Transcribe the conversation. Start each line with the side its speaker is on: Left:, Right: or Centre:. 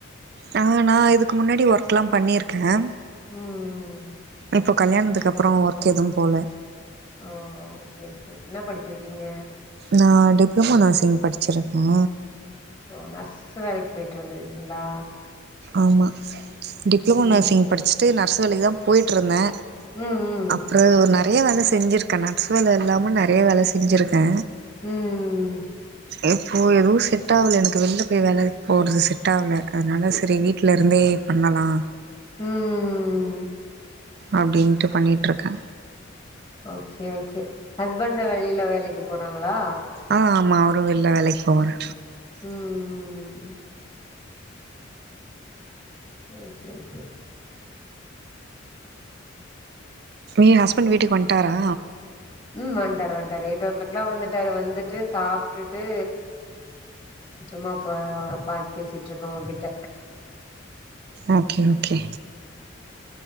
Right: நானா இதுக் முன்னாடி ஒர்க்கலா பண்ணிருக்கே
Left: ம் ம் ம்
Right: இப்போ கல்யாணத்துக்கு அப்றோ ஒர்க் எதுவு போல
Left: ஓ ஓகே ஓகே என்ன படிச்சிருக்கீங்க
Right: நா டிப்ளமா நர்சிங் படிச்சிருக்கே
Left: ஓ நர்ஸ் வேலைக் போயிட்டு வந்திருக்கீங்ளா
Right: ஆமா டிப்ளமா
Left: ம்
Right: நர்சிங் படிச்சுட்டு நர்ஸ் வேலைக்கு தா போயிட்டிருந்தே
Left: ம் ம்
Right: அப்றோ நெறைய வேல செஞ்சுருக்கே நர்ஸ் வேல இல்லாம நெறைய வேல செஞ்சுருக்கே
Left: ம் ம ம்
Right: இப்போ எதுவு செட்டாகல எனக் வெளில போயி வேலைக் போறது செட் ஆகல அதனால சரி வீட்ல இருந்தே பண்ணலா
Left: ம்ம்ம்ம்
Right: அப்டின்ட்டு பண்ணிட்டுருக்கே
Left: ஓகே ஓகே ஹஸ்பண்ட் வெளில வேலைக்கு போறாங்ளா
Right: ஆ ஆமா அவரு வெள்ள வேலைக் போவாரு
Left: ம் ம் ம் ஓகே
Right: ஏ ஹஸ்பெண்ட் வீட்டுக்கு வந்டாரா
Left: ம் வந்ட்டாரு வந்ட்டாரு எய்ட்டோ ஓ க்ளாக்லாம் வந்துட்டாரு வந்துட்டு சாப்ட்டுட்டு சும்மா அப்ப அவர பாத்து பேசிட்டு இருக்கோ உங்ககிட்ட
Right: ஓகே ஓகே